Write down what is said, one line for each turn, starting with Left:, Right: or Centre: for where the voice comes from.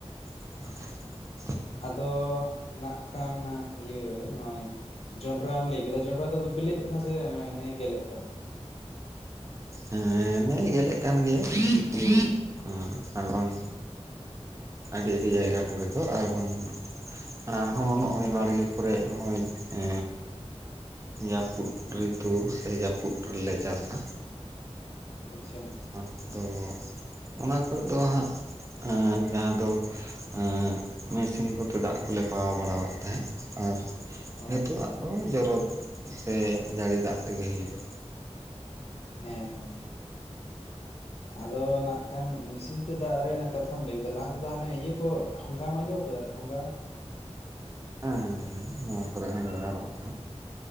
Right: <inaudible>
Left: ᱟᱫᱚ ᱱᱟᱜ ᱠᱷᱟᱱ ᱤᱭᱟᱹ ᱱᱚᱜᱼᱚᱭ ᱡᱚᱱᱰᱨᱟᱢ ᱞᱮᱭ ᱠᱮᱫᱟ, ᱡᱚᱱᱰᱨᱟ ᱫᱚ ᱵᱮᱞᱮᱜ ᱠᱟᱱᱟ ᱥᱮ ᱱᱮᱜ-ᱮ ᱜᱮᱞᱮᱜ ᱠᱟᱱᱟ?
Right: ᱦᱮᱸᱱᱮᱻᱮ ᱜᱮᱞᱮᱜ ᱠᱟᱱ ᱜᱮᱭᱟ ᱠᱤᱪᱷᱩ ᱠᱤᱪᱷᱩ ᱟᱨ ᱵᱟᱝ, ᱟᱹᱰᱤ ᱟᱹᱰᱤ ᱡᱟᱭᱜᱟ ᱠᱚᱨᱮ ᱫᱚ ᱟᱨᱵᱟᱝ, ᱟᱨᱦᱚᱸ ᱱᱚᱜᱼᱚᱭ ᱵᱟᱲᱜᱮ ᱠᱚᱨᱮᱜ ᱱᱚᱜᱼᱚᱭ ᱮ, ᱡᱟᱹᱯᱩᱫ ᱨᱤᱛᱩ ᱥᱮ ᱡᱟᱹᱯᱩᱫ ᱨᱮᱞᱮ ᱪᱟᱥᱟ᱾
Left: ᱟᱪᱪᱷᱟ,
Right: ᱢᱟᱥ ᱫᱚ, ᱚᱱᱟ ᱠᱚᱨᱮᱫ ᱫᱚ ᱦᱟᱸᱜ ᱮᱸ ᱡᱟᱦᱟᱸ ᱫᱚ ᱮᱸ ᱢᱮᱥᱤᱱ ᱠᱚᱛᱮ ᱫᱟᱜ ᱠᱚᱞᱮ ᱯᱟᱣᱟ ᱵᱟᱲᱟᱣᱫ ᱛᱟᱦᱮᱸᱫ ᱟᱨ
Left: ᱚ
Right: ᱱᱤᱛᱚᱜᱟᱜ ᱫᱚ ᱡᱚᱨᱚ ᱥᱮ ᱡᱟᱹᱲᱤ ᱫᱟᱜ ᱛᱮᱜᱮ ᱦᱩᱭᱩᱜᱼᱟ᱾
Left: ᱦᱮᱸᱻᱦᱮᱸ ᱟᱫᱚ ᱱᱟᱜ ᱠᱷᱟᱱ ᱢᱮᱥᱤᱼᱼ ᱢᱮᱥᱤᱱ ᱛᱮ ᱫᱟᱜ ᱨᱮᱱᱟᱜ ᱠᱟᱛᱷᱟᱢ ᱞᱟᱹᱭ ᱠᱮᱫᱟ ᱞᱟᱦᱟ ᱛᱮᱫᱚ ᱦᱟᱱᱮ ᱤᱭᱟᱹ ᱠᱚ ᱰᱷᱚᱸᱜᱟ ᱟᱡᱚᱢ ᱟᱠᱟᱫᱟ ᱰᱷᱚᱸᱜᱟ?
Right: ᱦᱮᱸᱻᱦᱮᱸ, ᱦᱮᱸ ᱱᱚᱣᱟ ᱠᱚᱨᱮ ᱦᱚᱸ ᱵᱮᱵᱷᱦᱟᱨᱚᱜ ᱛᱟᱦᱮᱸᱫ